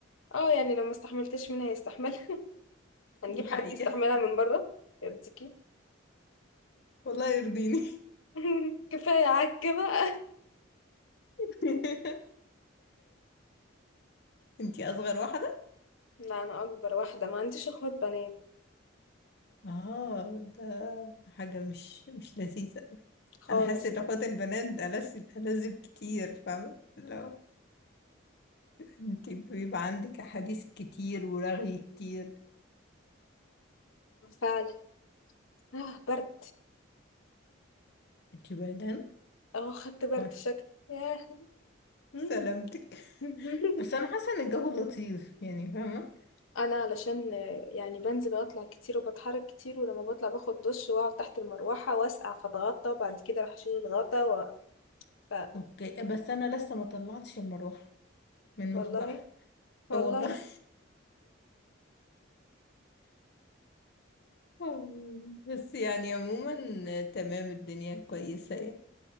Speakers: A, on the left; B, on the left.
A: اه يعني لو ما استحملتش منها هيستحملها <laughs> هنجيب
B: دي حقيقة
A: حد يستحملها من بره يرضيكي
B: والله يرضيني
A: <laughs> كفايه عك بقى
B: <laughs> انتي اصغر واحده
A: <laughs> لا انا اكبر واحده ما عنديش اخوات بنات
B: اه ده حاجه مش مش لذيذه أوي.
A: خالص
B: انا حاسه ان
A: خالص
B: اخوات البنات ألذ ألذ كتير فاهمه لو انتي بيبقى عندك احاديث كتير ورغي كتير
A: فعلا اه برد
B: انتي بردان
A: اه خدت برد
B: وا-
A: شكل ياه مم.
B: سلامتك
A: <laughs>
B: بس انا حاسه ان الجو لطيف يعني فاهمه
A: انا علشان آه، يعني بنزل واطلع كتير وبتحرك كتير ولما بطلع باخد دش واقعد تحت المروحه واسقع فاتغطى وبعد كده راح اتغطى و... ف...
B: اوكي بس انا لسه ما طلعتش المروحه من
A: والله
B: مخبأها
A: والله
B: آه والله <laughs> بس يعني عموما تمام الدنيا كويسه يعني.